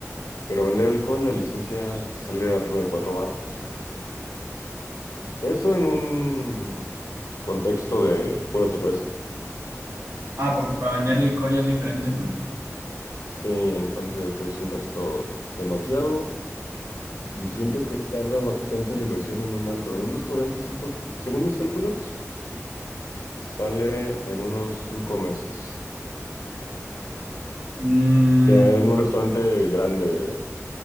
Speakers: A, on the left; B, on the right.
A: Pero vender alcohol, la licencia te sale arriba de cuatro varos. Eso en un contexto de pura cerveza.
B: Ah, porque para vender licor ya es diferente, ¿no?
A: Sí, entonces es un gasto demasiado y siento que tarda bastante la inversión en un antro. En un restaurante siento, según mis cálculos, sale en unos cinco meses.
B: Mm,
A: Que en un restaurante grande,